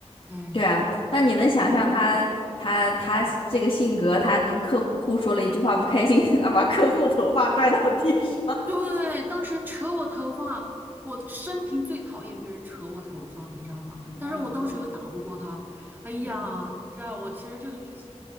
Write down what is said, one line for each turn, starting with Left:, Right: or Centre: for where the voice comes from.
Right: 哎，
Left: 对啊，那你能想象他他他这个性格，他跟客户说了一句话不开心，<laughs> 他把客户头发拽到地上。
Right: 对，当时扯我头发，我生平最讨厌别人扯我头发，你知道吗？
Left: <laughs> 嗯
Right: 但是我当时又打不过他，哎呀，
Left: 嗯，
Right: 你知道我其实这个事情，